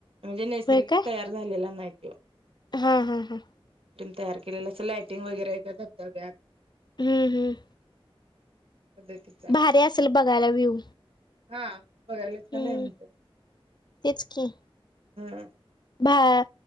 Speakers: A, on the right; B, on the left.
A: म्हणजे नैसर्गिक
B: होय काय
A: तयार झालेला नाही त्याे
B: हा हा हा
A: तयार केलेले असं लायटिंग वगैरे आहे त्या धबधब्यात
B: हम्म हम्म
A: पद्धतीचा हाय,
B: भारी असेल बघायला व्ह्यू
A: हां बघायला
B: हम्म
A: का नाही म्हणतात,
B: तेच की
A: हां.
B: भा